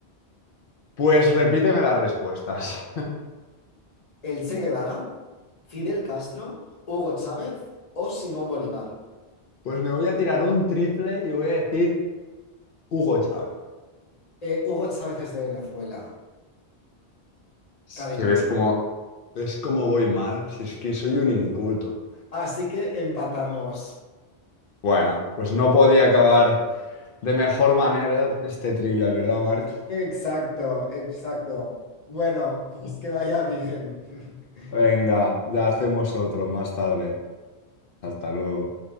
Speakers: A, on the left (about 60°); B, on the left (about 40°).
A: Pues repíteme las respuestas.
B: El Che
A: <laughs>
B: Guevara, Fidel Castro, Hugo Chávez o Simón Bolívar.
A: Pues me voy a tirar un triple y voy a decir Hugo Chávez.
B: Eh, Hugo Chávez es de Venezuela,
A: Es
B: cariño
A: que ves
B: mío.
A: como, ¿Ves cómo voy mal? Si es que soy un inculto.
B: Así que empatamos.
A: bueno, pues no podía acabar de mejor manera este trivial, ¿verdad, Marc?
B: Exacto, exacto. Bueno, pues que vaya bien. <laughs>
A: Venga, ya hacemos otro más tarde. Hasta luego.